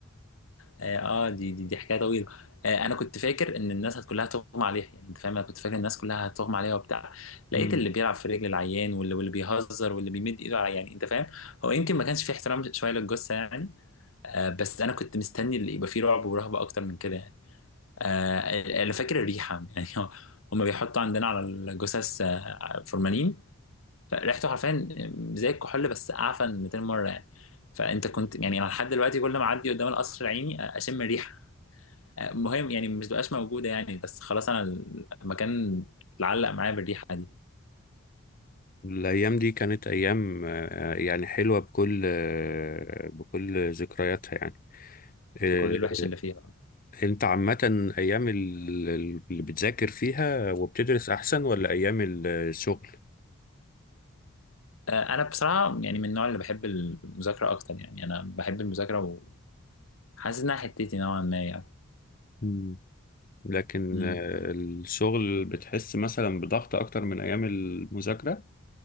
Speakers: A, on the left; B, on the left.
A: آه, آه دي دي دي حكاية طويلة آه أنا كنت فاكر إن الناس هت- كلها هتغمى عليها يعني أنت فاهم أنا كنت فاكر الناس كلها هتغمى عليها وبتاع لقيت
B: مم.
A: اللي بيلعب في رجل العيان واللي, واللي بيهزر واللي بيمد إيده على- يعني أنت فاهم هو يمكن ما كانش فيه احترام شوية للجثة يعني آه بس أنا كنت مستني اللي يبقى فيه رعب ورهبة أكتر من كده يعني آه أنا فاكر الريحة يعني <laughs> هما بيحطوا عندنا على الجثث آه، فورمالين فريحته حرفيا زي الكحول بس اعفن 200 مره يعني فانت كنت يعني انا لحد دلوقتي كل ما اعدي قدام القصر العيني اشم الريحه مهم يعني مش بقاش موجوده يعني بس خلاص انا المكان اتعلق معايا بالريحه دي
B: الايام دي كانت ايام آه، يعني حلوة بكل آه، بكل ذكرياتها يعني آه،
A: بكل الوحش اللي فيها
B: انت عامة ايام ال- اللي بتذاكر فيها وبتدرس احسن ولا ايام ال- الشغل
A: آه، انا بصراحه يعني من النوع اللي بحب المذاكره اكتر يعني انا بحب المذاكره وحاسس انها حتتي نوعا ما يعني
B: مم. لكن
A: امم
B: آه، الشغل بتحس مثلا بضغط اكتر من ايام المذاكرة